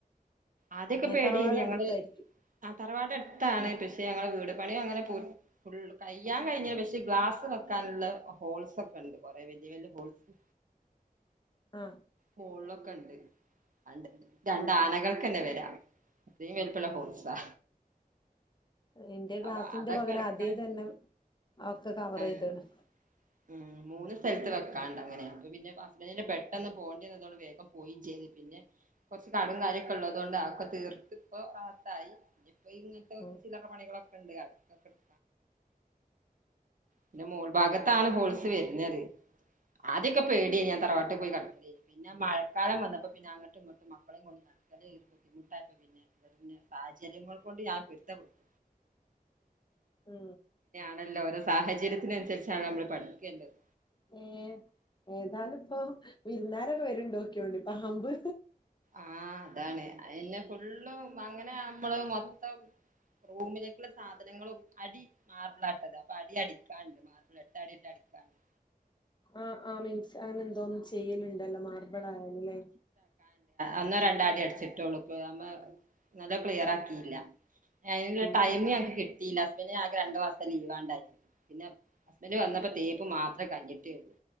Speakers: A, on the right; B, on the left.
A: ആദ്യക്കെ
B: ഏഹ്
A: പേടി
B: തറവാട്
A: ഞങ്ങള്
B: അടുത്തായിരിക്കും
A: ആ തറവാട് ടുത്താണ്
B: ഉം
A: പക്ഷെ ഞങ്ങള് വീട് പണി അങ്ങന പു ഫുൾ കയ്യാൻ കഴിഞ്ഞ പക്ഷേ ഗ്ലാസ് വെക്കാനുള്ള ഹോൾസ് ഒക്കെ ഉണ്ട്. കുറെ വെച്ച നി വല്ല പോൾസ്
B: ആഹ്
A: മുകളിലൊക്കെ ഉണ്ട്. രണ്ട് രണ്ടാ
B: ആഹ്
A: ആനകൾക്കന്നെ
B: ആഹ്
A: വരാം. അത് വലിപ്പ ല ഹോൾസാ
B: എൻ്റെ ഗ്ലാസ്സിന്റെ
A: അപ്പൊ അതൊക്കെ
B: പകല്
A: അടക്കാണ്ട്
B: ആദ്യേ തന്നെ ഒക്കെ കവർ
A: ആഹ്
B: ചെയ്തണ്.
A: ഉം മൂന്ന് സ്ഥലത്ത് വെക്കാണ്ട് ണ്ടങ്ങനെയാ അപ്പൊ പിന്നെ ഹസ്ബൻ്റന് പെട്ടന്ന് പോവണ്ടേ വന്നതൊണ്ട് വേഗം പോയും ചെയ്ത് പിന്നെ കൊറച്ച് കടോം കാര്യൊക്കെ ഉള്ളൂ അതുകൊണ്ട് ആതോക്കെ തീർത്ത് ഇപ്പൊ അത്തായി ഇങ്ങനത്തെ
B: ഉം
A: ചില്ലറ പണികളൊക്കെ ഉണ്ട് അ എന്റെ മൂൾ ഭാഗത്താണ് ഹോളിസ് വരഞ്ഞത് അതിക്കെപ്പടിയ ഞാൻ തറവാട്ട് പോയി കടക്ക പിന്നെ മഴക്കാലം വന്നപ്പോ പിന്നെ അങ്ങട്ടും ഇങ്ങോട്ടും മക്കളും ഇങ്ങ നടക്ക ഒരു ബുദ്ധിമുട്ടായിപ്പോ പിന്നെ സാഹചര്യങ്ങൾ കൊണ്ട് ഞാൻ പൊരുത്തപ്പെട്ടു
B: ആ
A: ആണല്ല ഓരോ സാഹചര്യത്തിനനുസരിച്ചാണ് നമ്മള് പഠിക്കേണ്ടത്
B: ഏർ ഏതാലും ഇപ്പൊ വിരുന്നാരൊക്കെ വരുണ്ടോക്കെണ്ട് പാമ്പ്
A: ആഹ അതാണ് പിന്നെ ഫുള്ള് അങ്ങനെ നമ്മള് മൊത്തം റൂമിലേക്കുള്ള സാധനങ്ങളും അടി മാർബിൾ ആട്ടത് അപ്പൊ അടി അടിക്കാണ്ട് മാർബിൾ എട്ട അടിട്ട അടിക്കാണ്ട് <unintelligible>
B: ആ ആ മീൻസ് ൻ എന്തോന്നും ചെയ്യലുണ്ടല്ലോ മാർബിൾ ആയാലല്ലേ
A: അന്നോ രണ്ടാടി അടിച്ചിട്ട് ഉളുക്ക് അമ്മ നല്ലോ ക്ലിയർ ആക്കിയില്ല <unintelligible> ള്ള
B: ഉം
A: ടൈം
B: ഉം
A: ഞങ്ങക്ക് കിട്ടിയില്ല ഹസ്ബന്ഡ് ഞക്ക് രണ്ടു മാസം ലീവാണ്ടായി പിന്നെ ഹസ്ബൻഡറ് വന്നപ്പോ തീപ്പ് മാത്രമേ കഞ്ഞിട്ടേ ഉള്ളൂ